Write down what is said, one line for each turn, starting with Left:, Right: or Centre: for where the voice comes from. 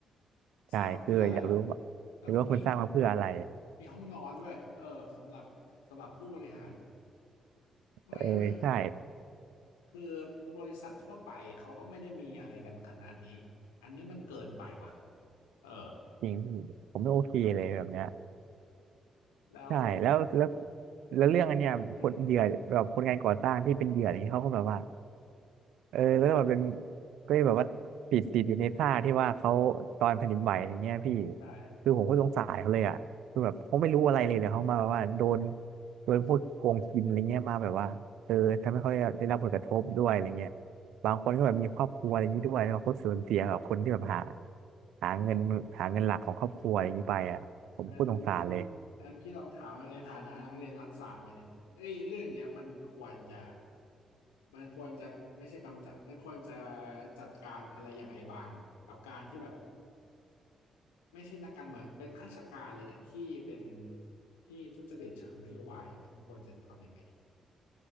Right: ใช่คืออยากรู้ว่าอยากรู้ว่าคุณสร้างมาเพื่ออะไร
Left: สร้างมาเพื่ออะไรแล้วมีมีห้องนอนด้วยเออสำหรับสำหรับผู้บริหารไว้ไว้
Right: เออใช่
Left: คือบริษัททั่วไปเขาก็ไม่ได้มีอะไรกันขนาดนี้อันนี้มันเกินไปว่ะเออ
Right: จริงพี่ผมไม่โอเคเลยแบบเนี้ย
Left: แล้ว
Right: ใช่แล้วแล้วแล้วเรื่องอันเนี้ยคนเหยื่อแบบคนงานก่อสร้างที่เป็นเหยื่ออะไรเงี้ยเขาก็แบบว่า
Left: อืม
Right: เออแล้วก็แบบเป็นก็แบบว่าติดติดอยู่ในท่าที่ว่าเขาตอนแผ่นดินไหวอย่างเงี้ยพี่
Left: ใช่
Right: คือผมก็สงสารเขาเลยอ่ะคือแบบเขาไม่รู้อะไรเลยเลยเขามาแบบว่าโดนโดนพวกโกงกินอะไรเงี้ยมาแบบว่าเออทำให้เขาได้รับผลกระทบด้วยอะไรเงี้ยบางคนก็แบบมีครอบครัวอะไรอย่างนี้ด้วยแล้วเขาสูญเสียกับคนที่แบบหาหาเงินหาเงินหลักของครอบครัวอะไรอย่างนี้ไปอ่ะผมพูดสงสารเลย
Left: งั้นงั้นพี่ลองถามในฐานะน้องเรียนรัฐศาสตร์มาเนี่ยเอ้ยเรื่องเนี้ยมันควรจะมันควรจะไม่ใช่กำจัดมันควรจะจัดการอะไรยังไงบ้างกับการที่แบบไม่ใช่นักการเมืองเป็นข้าราชการเลยเนี่ยที่เป็นที่ทุจริตเชิงนโยบายเนี่ยมันควรจะทำยังไง